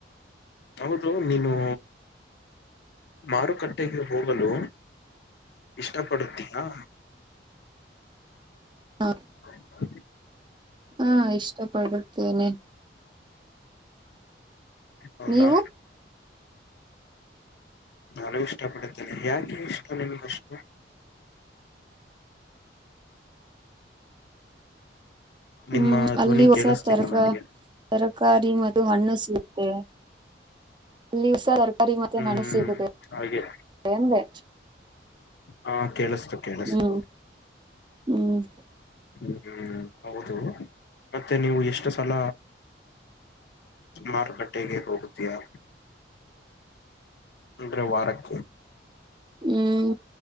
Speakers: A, on the left (about 60°); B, on the right (about 25°).
A: ಹೌದು ನೀನು. ಮಾರುಕಟ್ಟೆಗೆ ಹೋಗಲು ಇಷ್ಟಪಡುತ್ತೀಯಾ.
B: ಹಾಂ.
A: ಹ. <inaudible>
B: ಹಾ ಇಷ್ಟ ಪಡುತ್ತೇನೆ.
A: ಹೌದಾ.
B: ನೀವು
A: ನಾನು ಇಷ್ಟ ಪಡುತ್ತೇನೆ ಯಾಕೆ ಇಷ್ಟ ನಿಮಗೆ ಅಷ್ಟು. ನಿಮ್ಮ
B: ಹ್ಮ್ ಅಲ್ಲಿ
A: ಧ್ವನಿ
B: ಹೊಸ
A: ಕೇಳಿಸ್ತಿಲ್ಲ
B: ತರಕ.
A: ನನಗೆ
B: ತರಕಾರಿ ಮತ್ತೆ ಹಣ್ಣು ಸಿಗುತ್ತೆ ಅಲ್ಲಿಸರ. ಸರಿ ಮತ್ತೆ
A: ಹ್ಮ್
B: ನಾಳೆ ಸಿಗುತ್ತೆ
A: ಹಾಗೆ
B: ಎಂದೆ.
A: ಹಾ ಕೇಳಿಸ್ತು ಕೇಳಿಸ್ತು.
B: ಹ್ಮ್ ಹ್ಮ್.
A: ಹ್ಮ್ ಹೌದು ಮತ್ತೆ ನೀವು ಎಷ್ಟು ಸಲ ಮಾರುಕಟ್ಟೆಗೆ ಹೋಗುತಿಯಾ. ಅಂದ್ರ ವಾರಕೊ
B: ಹ್ಮ್